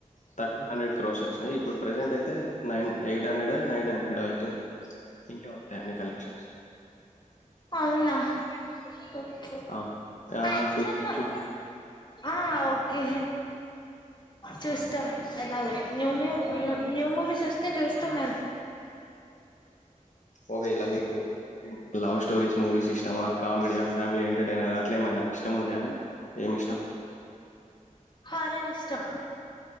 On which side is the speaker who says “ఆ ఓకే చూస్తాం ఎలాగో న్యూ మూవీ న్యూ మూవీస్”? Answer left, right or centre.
Left